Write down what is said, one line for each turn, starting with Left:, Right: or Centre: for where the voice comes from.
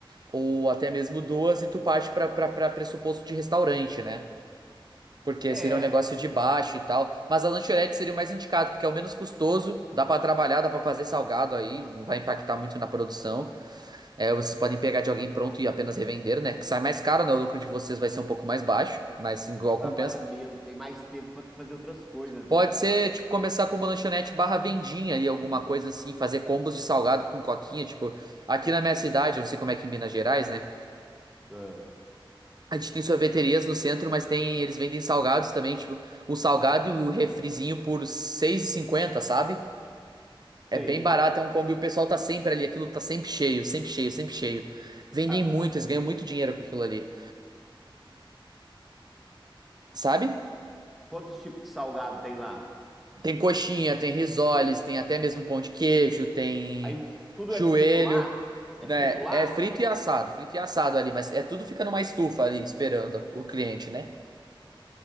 Right: ou até mesmo duas e tu parte pra, pra, pra pressuposto de restaurante, né? Porque
Centre: É,
Right: seria um negócio de baixo e tal. Mas a lanchonete seria o mais indicado, porque é o menos custoso, dá pra trabalhar, dá pra fazer salgado aí, não vai impactar muito na produção. É, vocês podem pegar de alguém pronto e apenas revender, né? Que sai mais caro, né? O lucro de vocês vai ser um pouco mais baixo, mas igual
Centre: mas trabalha
Right: compensa.
Centre: menos, tem mais tempo pra fazer outras coisas,
Right: Pode
Centre: né?
Right: ser, tipo, começar com uma lanchonete barra vendinha ali, alguma coisa assim, fazer combos de salgado com coquinha, tipo, aqui na minha cidade, eu não sei como é que em Minas Gerais, né?
Centre: Ah,
Right: A gente tem sorveterias no centro, mas tem, eles vendem salgados também, tipo, o salgado e o refrizinho por R$ seis e cinquenta, sabe?
Centre: sei.
Right: É bem barato, é um combo e o pessoal tá sempre ali, aquilo tá sempre cheio, sempre cheio, sempre cheio. Vendem
Centre: Ah,
Right: muito, eles ganham muito dinheiro com aquilo ali, sabe?
Centre: quantos tipos de salgado tem lá?
Right: Tem coxinha, tem risoles, tem até mesmo pão de queijo, tem
Centre: Aí, tudo
Right: joelho,
Centre: é frito lá?
Right: né?
Centre: É frito lá?
Right: É frito e assado, frito e assado ali, mas é tudo fica numa estufa ali esperando o cliente, né?